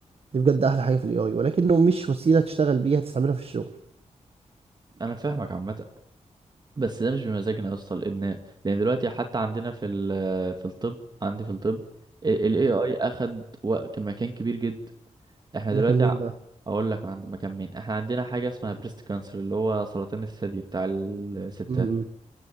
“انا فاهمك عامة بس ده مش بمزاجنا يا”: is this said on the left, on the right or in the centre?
Right